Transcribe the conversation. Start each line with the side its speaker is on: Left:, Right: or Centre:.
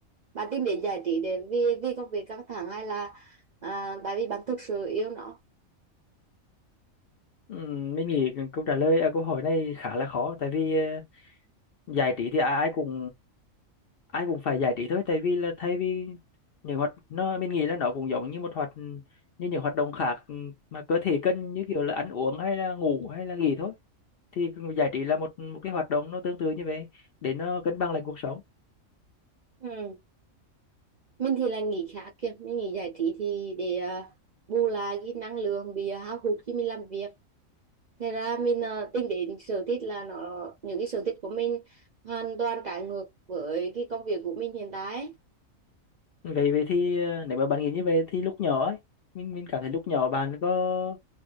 Right: bạn tìm đến giải trí để vì vì công việc căng thẳng hay là à, tại vì bạn thực sự yêu nó
Left: Ừm, mình nghĩ câu trả lời à, câu hỏi này khá là khó tại vì ờ, giải trí thì ai ai cũng ai cũng phải giải trí thôi tại vì là thay vì những hoạt nó mình nghĩ là nó cũng giống như một hoạt như những hoạt động khác ừ, mà cơ thể cần như kiểu là ăn uống hay là ngủ hay là nghỉ thôi thì giải trí là một một cái hoạt động nó tương tự như vậy để nó cân bằng lại cuộc sống
Right: ừ. mình thì là nghỉ khá kìa mình nghỉ giải trí thì để à, bù lại cái năng lượng bị à, hao hụt khi mình làm việc thế ra mình à, tìm đến sở thích là nó những cái sở thích của mình hoàn toàn trái ngược với cái công việc của mình hiện tại ấy.
Left: vậy vậy thì ờ, nếu mà bạn nghĩ như vậy thì lúc nhỏ ấy mình mình cảm thấy lúc nhỏ bạn có